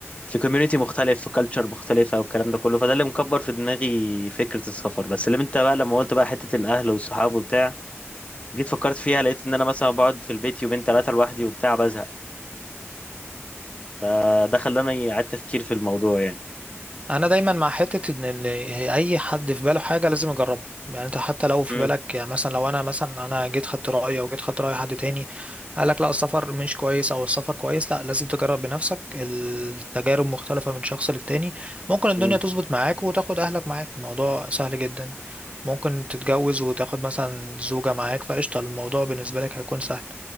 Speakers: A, on the left; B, on the right.
A: في كوميونتي مختلف في كالتشر مختلفه والكلام ده كله فده اللي مكبر في دماغي فكره السفر بس اللي انت بقى لما قلت بقى حته الاهل والصحاب وبتاع جيت فكرت فيها لقيت ان انا مثلا بقعد في البيت يومين ثلاثه لوحدي وبتاع بزهق فده خلاني اعيد تفكير في الموضوع يعني
B: انا دايما مع حته ان إن اي حد في باله حاجه لازم يجربها يعني انت حتى لو في
A: مم.
B: بالك يعني مثلا لو انا مثلا انا جيت خدت رايي او جيت خدت راي حد تاني قال لك لا السفر مش كويس او السفر كويس لا لازم تجرب بنفسك التجارب مختلفه من شخص للتاني ممكن الدنيا
A: مم.
B: تظبط معاك وتاخد اهلك معاك الموضوع سهل جدا ممكن تتجوز وتاخد مثلا زوجه معاك فقشطه الموضوع بالنسبه لك هيكون سهل